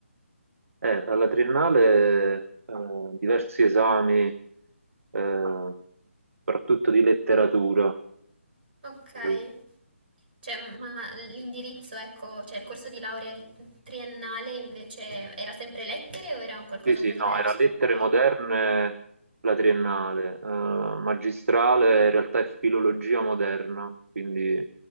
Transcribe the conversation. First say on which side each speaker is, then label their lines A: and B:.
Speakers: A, on the right (about 80°); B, on the right (about 45°).
A: Eh, alla triennale eh, diversi esami, eh, soprattutto di letteratura.
B: Ok.
A: Eh,
B: Cioè, ma l'indirizzo, ecco, cioè il corso di laurea di- triennale invece era sempre lettere o era un qualcosa
A: Sì, sì,
B: un po'
A: no,
B: diverso?
A: era lettere moderne la triennale, eh, magistrale in realtà è filologia moderna, quindi